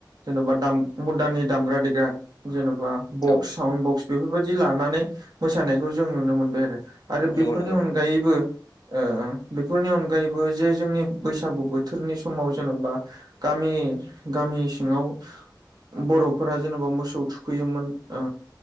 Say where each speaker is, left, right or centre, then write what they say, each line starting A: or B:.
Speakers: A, on the right; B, on the left.
A: जेन'बा दाम मुदाननि दामग्रा देग्रा जेन'बा बक्स
B: औ
A: साउन बक्स बेफोरबायाददि लानानै मोसानायखौ जों नुनो मोनबाय आरो। आरो
B: नंगौ
A: बेफोरनि
B: नंगौ
A: अनगायैबो
B: नंगौ
A: ओ बेफोरनि अनगायैबो जे जोंनि बैसागु बोथोरनि समाव जेन'बा गामि गामि सिङाव बर'फोरा जेनेबा मोसौ थुख थुखैयोमोन ओ